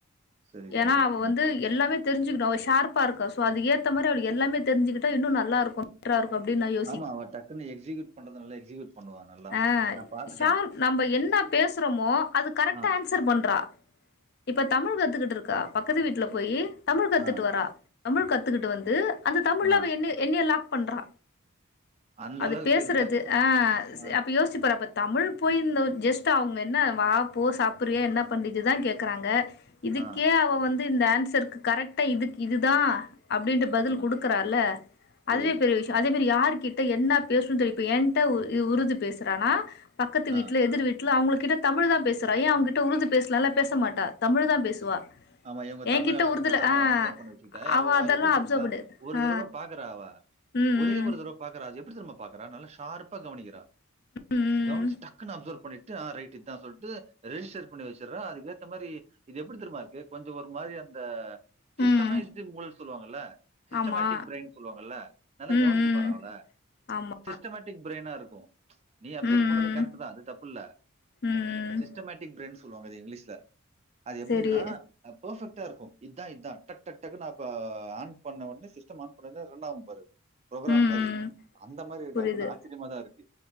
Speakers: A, on the right; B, on the left.
A: சரி,
B: ஏனா
A: சரி.
B: அவ வந்து எல்லாமே தெரிஞ்சுக்கனு அவ ஷார்பா இருக்கா சோ அதுக்கு ஏத்த மாரி அவ எல்லாமே தெரிஞ்சுக்கிட்டா இன்னு நல்லா இருக்கு பெட்ராருக்கு அப்டின் நா யோ
A: ஆமா அவ டக்குன்னு எக்ஸிக்யூட் பண்றது நல்லா எக்ஸிக்யூட் பண்ணுவா நல்லா
B: ஆ
A: நா பாத்துட்டே
B: ஷார்ப் நம்ம என்ன பேசுறமோ அது கரெக்ட்டா
A: ஆ,
B: ஆன் சர் பண்றா இப்ப தமிழ் கத்துக்கிட்டு இருக்கா பக்கத்து வீட்ல போய் தமிழ் கத்துட்டு
A: ஆ,
B: வரா தமிழ் கத்துக்கிட்டு வந்து அந்த தமிழ்ல
A: ஆ.
B: அவ என்னைய என்னைய லாக் பண்றா
A: அந்த
B: அது
A: அளவுக்கு
B: பேசுறது
A: இருக்கா?
B: அ
A: ஆ,
B: அப்ப யோசிச்சு பாரு அப்ப தமிழ் போய் இந்த ஜஸ்ட் அவுங்க என்ன வா போ சாப்புரிய என்ன பண்ணிட்டு இதா கேக்குறாங்க இதுக்கே
A: ஆ,
B: அவ வந்து இந்த ஆன்சருக்கு கரெக்டா இதுக்கு இதுதா அப்டின்ட்டு பதுல்
A: ம்.
B: குடுக்குறால்ல
A: புரியுது.
B: அதுவே பெரிய விஷ் அதே மாரி யார்கிட்ட என்ன பேசுனு தெரியு இப்ப என்ட உருது பேசுறானா பக்கத்து
A: ஆ.
B: வீட்டுல எதுர் வீட் ல அவுங்ககிட்ட தமிழ் தா பேசுறா ஏன் அவுங்ககிட்ட உருது பேசலல்லா பேசமாட்டா தமிழ் தா பேசுவா
A: ஆமா இவங்க தமிழ்
B: என்கிட்ட
A: ஆளுங்க
B: உருதுல
A: நல்ல அவ
B: ஆ
A: அப்சர் பண்ணி வச்சிகிட்டு <unintelligible>
B: அவ
A: அவவா
B: அதெல்லா
A: எப்டி தெரியுமா
B: அப்சர்வ் பண்ணு
A: ஒரு
B: ஆ
A: தடவ பாக்கறா அவ
B: ம் ம்
A: ஒரே ஒரு தட வ பாக்குறா அது எப்டி தெரியுமா பாக்குறா நல்லா ஷார்பா கவுனிக்கிற
B: ம்
A: கவுனிச்சி
B: ம்
A: டக் குன்னு அப்சர்வ் பண்ணிட்டு ஆ ரைட்டு இதா சொல்ட்டு ரிஜிஸ்டர் பண்ணி வச்சிர்ற அது ஏத்த மாரி இது எப்டி தெரிமாருக்கு கொஞ்சோ ஒரு மாரி அந்த
B: ம்
A: சிஸ்டமைஸ்டு முள சொல்லுவாங்கல்ல சிஸ்டமேட்டிக்
B: ஆமா
A: பிரைன் சொல்லுவாங்கல்ல நல்லா
B: ம்
A: கவனிச்சு
B: ம்
A: பாரே அவ்ள
B: ஆமா
A: சிஸ்டமேட் டிக் பிரைய்னா இருக்கு நீ அப்சர்வ்
B: ம்
A: பண்ணது
B: ம்
A: கரெக்டு
B: ம்
A: தா அது தப்பு இல்ல
B: ம்
A: சிஸ்டமேட்டிக் பிரைன் சொல்லுவாங்க இது இங்லீஷ்ல அது எப்டின்னா
B: செரி
A: ஆ பெர்ஃபெக்டா இருக்கு இத்தா இதா டட் டட் டக்குனா அப்ப ஆன் பண்ண உடனே சிஸ்டம் ஆன் பண்ண உனே ரன் ஆகு பாரு ப்ரோக்ரா
B: ம்
A: மாரி
B: ம்
A: அந்த மாரி இருக்கா
B: புரிது
A: <unintelligible> ஆச்சரியமாதா இருக்கு